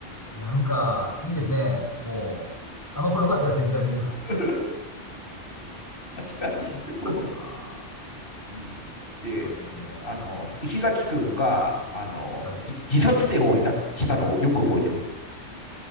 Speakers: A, on the left; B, on the left.
A: なんか、いいですね。もう、あの頃良かったですね、時代的にも。
B: <laughs> 確かに、
A: <laughs> そっか、
B: も
A: 面
B: う。うん、で、
A: 白いですね。
B: あの、石崎くんが、あの、
A: はい。そ
B: 自殺点をやしたのをよく覚えてます。